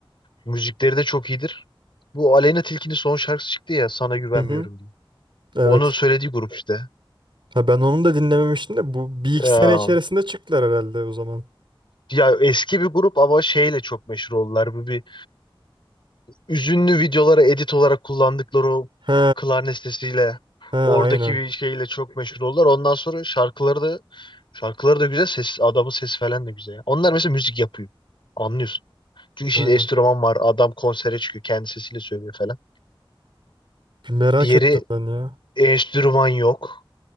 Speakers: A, on the left; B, on the right.
A: müzikleri de çok iyidir. Bu Aleyna Tilki'nin son şarkısı çıktı ya Sana Güvenmiyorum
B: Hı hı.
A: diye.
B: Evet.
A: Onun söylediği grup işte.
B: Ha ben onu da dinlememiştim de bu bir iki
A: Ya,
B: sene içerisinde çıktılar herhalde o zaman.
A: ya eski bir grup ama şeyle çok meşhur oldular. Bu bir üzünlü videolara edit olarak kullandıkları o
B: He.
A: klarnet sesiyle
B: He aynen.
A: oradaki bir şeyle çok meşhur oldular. Ondan sonra şarkıları da şarkıları da güzel, ses adamın sesi falan da güzel. Onlar mesela müzik yapıyor. Anlıyorsun. Çünkü şimdi
B: Aynen.
A: enstrüman var. Adam konsere çıkıyor. Kendi sesiyle söylüyor falan.
B: Bir merak
A: Diğeri
B: ettim ben ya.
A: enstrüman yok.